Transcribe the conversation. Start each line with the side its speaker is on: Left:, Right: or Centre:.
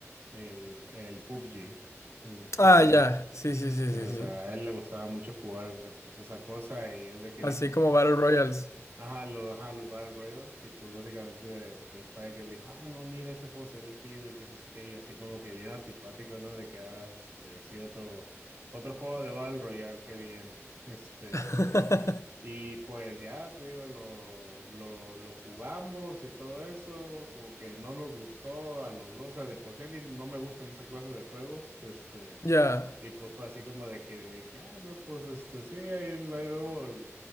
Right: el, el PUBG, el
Left: Ah,
Right: PUBG.
Left: ya. Sí, sí, sí,
Right: Eh,
Left: sí,
Right: O
Left: sí.
Right: sea, a él le gustaba mucho jugar pues esa cosa y es de que
Left: Así
Right: dijo,
Left: como Battle Royals.
Right: Ajá, los, ajá, los Battle Royals, y pues básicamente de- de- fue de que me dijo, ah, no, mira, este juego se ve chido y que no sé qué, y yo así como que bien antipático, ¿no? De que, ah, este, sí, otro, otro juego de Battle Royale, qué bien, este,
Left: <laughs>
Right: y pues ya, te digo, lo, lo, lo jugamos y todo eso, como que no nos gustó a los dos, o sea, de por sí a mí no me gustan esa clase de juegos, este,
Left: Ya.
Right: y pues fue así como de que dije, ah, no, pues este, sí, ahí, ahí luego, l-